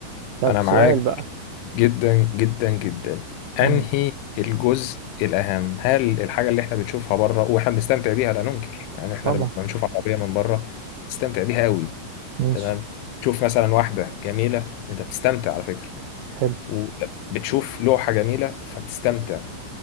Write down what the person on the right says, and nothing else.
طب
سؤال
بقى
مم.
طبعا
ماشي
حلو